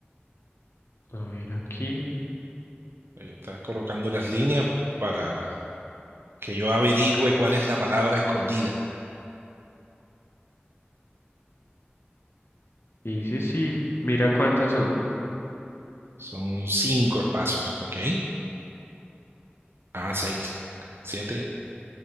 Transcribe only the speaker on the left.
A ver aquí.
Dice sí. sí, Mira cuántas son.